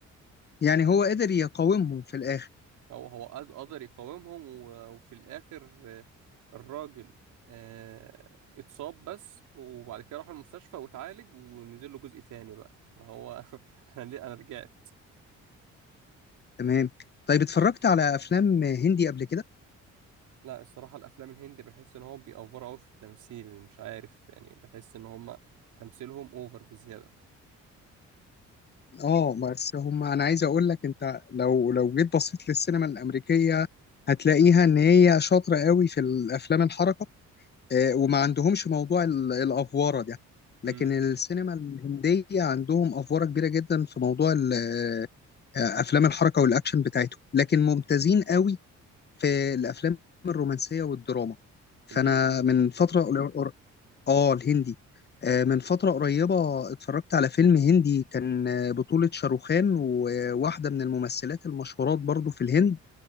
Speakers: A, on the left (about 35°); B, on the right (about 80°).
A: يعني هو قدر يقاومهم في الاخر
B: هو هو قد- قدر يقاومهم و- وفي الآخر آه، الراجل آه، اتصاب بس وبعد كده راح المستشفى واتعالج ونزل له جزء ثاني بقى ما هو <laughs> انا ليه انا رجعت
A: تمام طيب اتفرجت على افلام هندي قبل كده
B: لا الصراحة الافلام الهندي بحس ان هم بيأفوروا قوي في التمثيل مش عارف يعني بحس ان هم تمثيلهم اوفر بزيادة
A: اه بس هم انا عايز اقول لك انت لو لو جيت بصيت للسينما الامريكيه هتلاقيها ان هي شاطره قوي في الافلام الحركه آه، وما عندهمش موضوع ال- الافواره ده
B: امم
A: لكن السينما الهنديه عندهم افواره كبيره جدا في موضوع ال- آه، افلام الحركه والاكشن بتاعتهم لكن ممتازين قوي في الافلام الرومانسيه والدراما فانا
B: الهندي
A: من فتره اه الهندي آه، من فترة قريبة اتفرجت على فيلم هندي كان آه، بطولة شاروخان وواحدة من الممثلات المشهورات برضو في الهند